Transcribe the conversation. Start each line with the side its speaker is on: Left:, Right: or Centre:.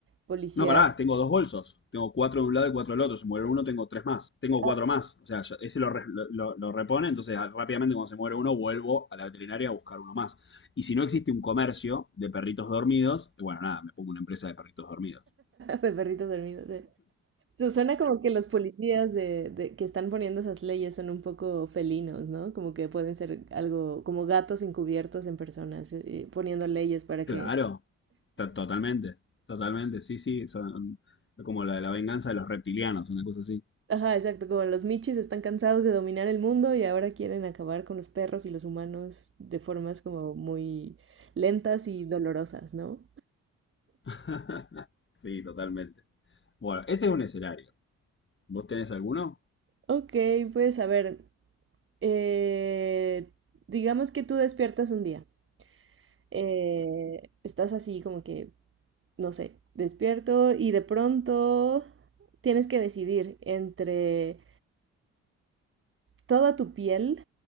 Right: policía
Left: No, pará, tengo dos bolsos. Tengo cuatro de un lado y cuatro del otro. Si muere uno, tengo tres más. Tengo
Right: <laughs>
Left: cuatro más. O sea, ya- ese lo, re- lo- lo- lo repone, entonces ah, rápidamente cuando se muere uno, vuelvo a la veterinaria a buscar uno más. Y si no existe un comercio de perritos dormidos, bueno, nada, me pongo una empresa de perritos dormidos.
Right: de perritos dormidos. de- Su- Suena como que los policías de, de- que están poniendo esas leyes son un poco felinos, ¿no? Como que pueden ser algo como gatos encubiertos en personas, eh, eh, poniendo leyes para
Left: Claro,
Right: que...
Left: to- totalmente, totalmente, sí, sí, son como la, la venganza de los reptilianos, una cosa así.
Right: Ajá, exacto, como los michis están cansados de dominar el mundo y ahora quieren acabar con los perros y los humanos de formas como muy lentas y dolorosas, ¿no?
Left: <laughs> Sí, totalmente. Bueno, ese es un escenario. ¿Vos tenés alguno?
Right: Ok, pues a ver, eh, digamos que tú despiertas un día, eh, estás así como que, no sé, despierto y de pronto tienes que decidir entre toda tu piel